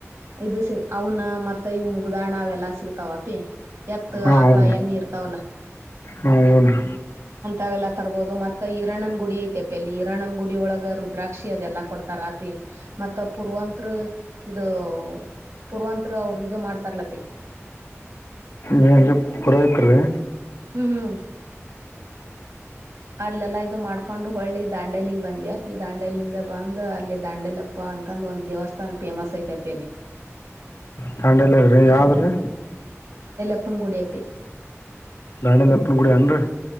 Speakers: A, on the right; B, on the left.
A: ಇದು ಅವನ ಮತ್ತ ಇವ್ ಮುಗ್ದಣ ಅವೆಲ್ಲಾ ಸಿಗ್ತಾವಪಿ ಎತ್ತು
B: ಹಾ
A: ಆಕಳ
B: ಹ್ಞೂನ್ರಿ
A: ಎಮ್ಮಿ ಇರ್ತಾವಲ್ಲ
B: ಹಾ ಹ್ಞೂನ್ರಿ
A: ಾವೆಲ್ಲ ತರಬಹದು ಮತ್ತೆ ಈರಣನ್ ಗುಡಿಐ ಪ ಅಲ್ಲಿ ಇರಣನ್ ಗುಡಿ ಒಳಗ ರುದ್ರಾಕ್ಷಿ ಅದೆಲ್ಲಾ ಕೊಡ್ತಾರ ಆಪಿ ಮತ್ತ ಪುರ್ವತ್ ಅದು ಪೂರ್ವಂತರು ಅವರು ಇ ಮಾಡ್ತಾರ್ಲಪಿ
B: ನೀಜ ಪುರತ್ರ ರ
A: ಹ್ಮ್ ಹ್ಮ್ ಅಲ್ಲೆಲ್ಲಾ ಇದು ಮಾಡ್ಕೊಂಡು ಹೊಳ್ಳಿ ದಾಂಡೆಲಿಗ್ ಬಂದ್ವಿ ಅಪ್ಪಿ ದಾಂಡಲಂದ ಬಂದ್ ಅಲ್ಲಿ ದಾಂಡೆಲಪ್ಪ ಅ ಅಂತಂದು ಒಂದ ದೇವಸ್ಥಾನ ಫೇಮಸ್ ಐತೆ ಅಪ್ಪ ಅಲ್ಲಿ
B: ದಾಂಡೇಲಗ್ರಿ ಯಾವ್ದ್ರೀ
A: ಹಪ್ಪನ್ ಗುಡಿಯಪ್ಪಿ
B: ನಡಲ್ಲಪ್ಪನ್ ಗೂಡಿ ಅನ್ರಿ